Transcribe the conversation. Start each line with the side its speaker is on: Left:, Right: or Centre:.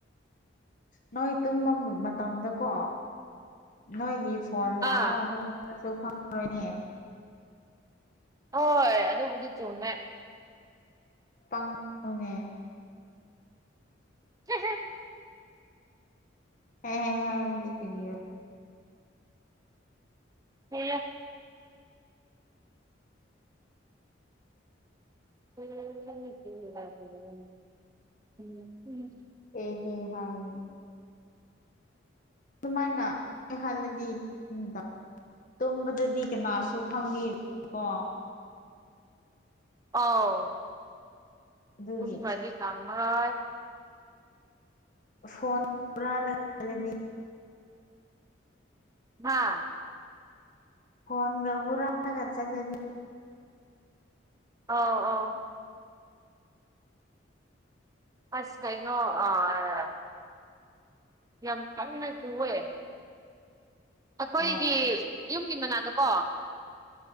Left: ꯅꯣꯏ ꯇꯨꯝꯕ ꯃꯇꯝꯗꯀꯣ ꯅꯣꯏꯒꯤ ꯐꯣꯟ
Right: ꯑꯥ
Left: ꯂꯥꯛꯑ ꯍꯣꯏ ꯀꯁꯨ ꯈꯪꯉꯣꯏꯌꯦ
Right: ꯍꯣꯏ ꯑꯗꯨꯕꯨꯗꯤ ꯆꯨꯝꯃꯦ
Left: ꯄꯪ <unintelligible> ꯅꯦ
Right: <inaudible>
Left: ꯍꯦ ꯍꯦ ꯍꯥꯏꯕꯗꯤ ꯀꯔꯤꯔꯥ
Right: ꯐꯩꯌꯦ <unintelligible>
Left: ꯑꯦ ꯍꯦ ꯍꯥꯏ ꯑꯗꯨꯃꯥꯏꯅ ꯍꯜꯂꯗꯤ <unintelligible> ꯇꯨꯝꯕꯗꯗꯤ ꯀꯅꯥꯁꯨ ꯈꯪꯕꯤꯔꯣ ꯀꯣ
Right: ꯑꯧ
Left: ꯑꯗꯨꯒꯤ
Right: ꯇꯨꯝꯈꯔ꯭ꯗꯤ ꯈꯪꯔꯣꯏ
Left: ꯐꯣꯟ ꯍꯨꯔꯥꯜꯂꯒꯂꯗꯤ
Right: ꯍꯥꯥ
Left: ꯐꯣꯟꯒ ꯍꯔꯒ ꯆꯂꯦꯗꯤ
Right: ꯑꯥꯎ ꯑꯥ ꯑꯁ ꯀꯩꯅꯣ ꯑꯥ ꯌꯥꯝ ꯐꯔꯥꯏ ꯍꯋꯦ ꯑꯩꯈꯣꯏꯗꯤ
Left: ꯑꯣ
Right: ꯌꯨꯝꯒꯤ ꯃꯅꯥꯗꯣꯀꯣ